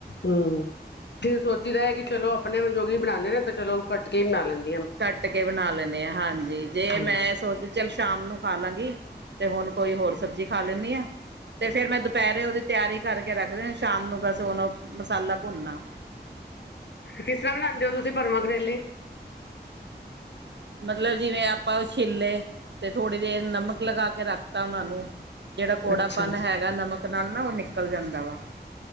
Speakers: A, on the left; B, on the right.
A: ਹੂੰ -ਫਿਰ ਸੋਚੀਦਾ ਐ ਕੀ ਚਲੋ ਆਪਣੇ ਜੋ ਵੀ ਬਣਾਣੇ ਨੇ ਤਾਂ ਚਲੋ ਕੱਟ ਕੇ ਬਣਾ ਲੈਂਦੇ।
B: ਕੱਟ ਕੇ ਬਣਾ ਲੈਣੇ ਆ ।ਹਾਂਜੀ ਜੇ
A: ਹਾਂਜੀ
B: ਮੈਂ ਸੋਚ ਚੱਲ ਸ਼ਾਮ ਨੂੰ ਖਾ ਲਾਂਗੀ। ਤੇ ਹੁਣ ਕੋਈ ਹੋਰ ਸਬਜ਼ੀ ਖਾ ਲੈਂਣੀ ਆ। ਤੇ ਫੇਰ ਮੈਂ ਦੁਪਅਰੇ ਉਦੀ ਤਿਆਰੀ ਕਰਕੇ ਰੱਖਦੇ ਸ਼ਾਮ ਨੂੰ ਬਸ ਉਨੂੰ ਮਸਾਲਾ ਭੁੰਨਨਾ।
A: ਕਿਸ ਤਰ੍ਹਾਂ ਬਨਾਂਦੇ ਓ ਤੁਸੀਂ ਭਰਮਾਂ ਕਰੇਲੇ।
B: ਮਤਲਬ ਜਿਵੇਂ ਆਪਾਂ ਛਿੱਲੇ ਤੇ ਥੋੜ੍ਹੀ ਦੇਰ ਨਮਕ ਲਗਾ ਕੇ ਰੱਖਤਾ ਉਨਾਂ ਨੂੰ। ਜਿਹੜਾ ਕੌੜਾਪਨ
A: ਅੱਛਾ
B: ਹੈਗਾ ਨਮਕ ਨਾਲ ਨਾ ਓ ਨਿਕਲ ਜਾਂਦਾ ਵਾ।